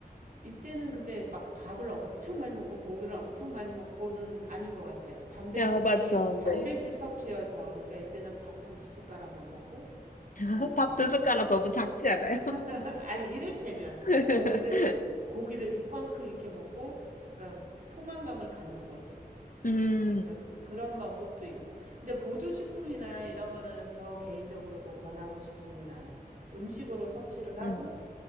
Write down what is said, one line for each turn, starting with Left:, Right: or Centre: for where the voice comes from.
Right: 이때는 근데 막 밥을 엄청 많이 먹고 고기를 엄청 많이 먹고는 아닌 것 같아요. 단백질이
Left: 야, 맞죠,
Right: 단백질
Left: 네.
Right: 섭취여서 우리가 이때는 밥 한 두 숟가락만 먹고
Left: <laughs>
Right: 나는
Left: 밥 두 숟가락 너무 작지 않아요?
Right: <laughs> 아니 이를테면
Left: <laughs>
Right: 고기를 고기를 이만큼 이렇게 먹고 그러니까 포만감을 갖는 거죠.
Left: 음,
Right: 그러니까 그런 방법도 있고. 근데 보조식품이나 이런 거는 저 개인적으로도 권하고 싶지는 않아요. 음식으로 섭취를 하고
Left: 음.